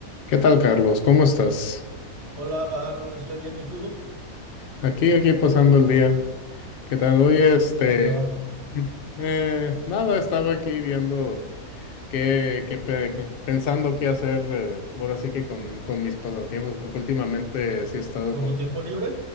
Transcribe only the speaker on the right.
Hola Arnold, estoy bien. ¿Y tú?
C-
¿Cómo te va?
¿Con
tu tiempo libre?